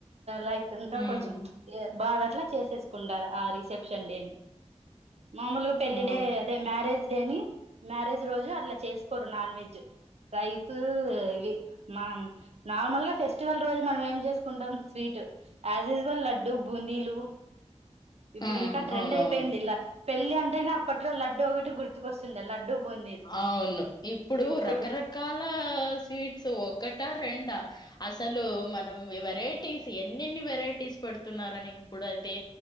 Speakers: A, on the right (about 60°); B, on the left (about 35°).
A: లైక్ ఇంకా
B: ఉమ్
A: కొంచెం బాగా అట్లా చేసేసుకుంటారు ఆ రిసెప్షన్ డేని మామూలుగా పెళ్లి
B: ఆ
A: డే అదే మ్యారేజ్ డేని మ్యారేజ్ రోజు అట్లా చేసుకోరు నాన్ వెజ్ రైస్ ఇవి మనం నార్మల్ గా ఫెస్టివల్ రోజు మనం ఏం చేసుకుంటాం స్వీట్ యాజ్ యూజువల్ లడ్డు బూందీలు ఇప్పుడు
B: హ్మ్.
A: ఇంకా ట్రెండ్
B: అవునవును.
A: అయిపోయింది ఇలా పెళ్లి అంటేనే అప్పట్లో లడ్డు ఒకటి గుర్తుకొస్తుండే లడ్డు బూందీలు
B: అవును. ఇప్పుడు
A: ఇప్పుడు
B: రకరకాల స్వీట్స్ ఒకటా, రెండా? అసలు మనం వెరైటీస్ ఎన్నెన్ని వెరైటీస్ పెడుతున్నారని ఇప్పుడైతే